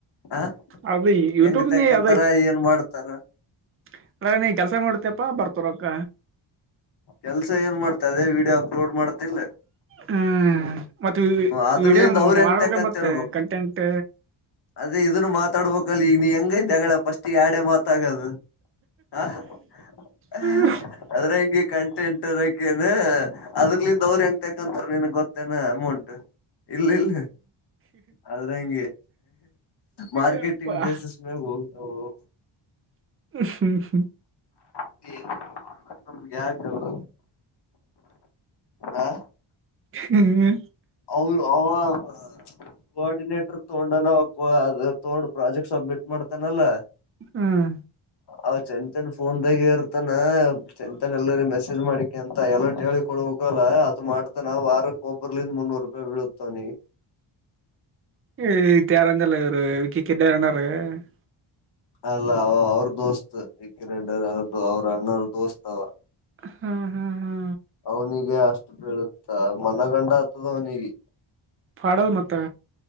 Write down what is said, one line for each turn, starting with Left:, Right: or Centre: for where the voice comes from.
Left: ಹ
Right: ಅದು ಯೂಟ್ಯೂಬ್
Left: ಹೆಂಗ ತಕ್ಕಂತರ
Right: ನೀ ಅದ
Left: ಏನ್ ಮಾಡ್ತ <unintelligible> ಸರ್ನಾ <unintelligible>
Right: <unintelligible> ನೀ ಕೆಲ್ಸ ಮಾಡತಪ್ಪಾ ಬರ್ತರಕ್ಕ
Left: ಕೆಲ್ಸ ಏನ್ ಮಾಡ್ತ ಅದೇ ವಿಡಿಯೋ ಅಪ್ಲೋಡ್ ಮಾಡ್ತಿಲ್ಲ
Right: ಹ್ಮ್ ಮತ್ತ
Left: ಅದ್ರಲಿಂದ
Right: ವಿಡಿಯೋ
Left: ಅವ್ರ ಹೆಂಗ್
Right: ಮಾಡ್ಬೇಕ
Left: ತಕಂತ
Right: ಮತ್ತೆ
Left: ಇರ್ಬೇಕು
Right: ಕಂಟೆಂಟ್
Left: ಅದೇ ಇದನ್ನು ಮಾತಾಡ್ಬೇಕಲ್ಲಿ ಈಗ <unintelligible> ನೀ ಹೆಂಗೈತೆಗಳ ಫಸ್ಟ್ ಆಡೆ ಮಾತಾಗದು <unintelligible>
Right: ಹ್ಮ್
Left: ಆದ್ರೆ ಹಂಗೆ ಕಂಟೆಂಟ್ ಅದಕ್ಕೇನ್ ಅದ್ರಲಿಂದ ಅವ್ರ ಹೆಂಗತಕಂತಾರ ನನ್ಗ್ ಗೊತ್ತೇನ ಅಮೌಂಟ್ ಇಲ್ಲ ಇಲ್ಲ ಆದ್ರ ಹಂಗೆ ಮಾರ್ಕೆಟಿಂಗ್
Right: ಯಪ್ಪಾ
Left: ಬೇಸಸ್ ಮ್ಯಾಗ ಹೋಗ ಹ
Right: ಹ್ಮ್್ಮ
Left: <unintelligible> ನಮ್ಗೆ <unintelligible> ಯಾಕಲ್ <unintelligible> ಹ
Right: ಹ್ಮ್
Left: ಅವು ಅವ <unintelligible> ಕೋಆರ್ಡಿನೇಟರ್ ತೂಂಡನ ಅ ತೋಡ ಪ್ರಾಜೆಕ್ಟ್ ಸಬ್ಮಿಟ್ ಮಾಡ್ತಾನಲ್ಲಾ
Right: ಹ್ಮ್
Left: ಅವ್ ಚಂದ ಚಂದ ಫೋನ್ದಾಗೆ ಇರ್ತಾನ ಚೆಚನ್ ಎಲ್ಲರ ಮೆಸೇಜ್ ಮಾಡಿಕೆ ಅಂತ ಎಲ್ಲೋ ಹೇಳಿಕೊಡ <unintelligible> ಹಕಲ ಅದು ಮಾಡ್ತಾನ ವಾರಕ್ ಒಬರ್ಲಿಂದ ಮುನ್ನೂರು ರೂಪಾಯಿ ಬೀಳತವನಿ
Right: <unintelligible> <inaudible>
Left: ಅಲ್ಲ ಅವ ಅವ್ರ ದೋಸ್ತ್ ವಕ್ಕಿರಂರ್ಅವ್ರ <unintelligible> ಅಣ್ಣರ್ ದೋಸ್ತ್ ಅವ
Right: ಹಾ ಹಾ ಹಾ
Left: ಅವನಿಗೆ ಅಷ್ಟು ಬೀಳುತ್ತ ಮನ ಗಂಡ ಆತದ ಅವನಿಗೆ
Right: ಪಾಡ್ಲ್ ಮತ್ತೆ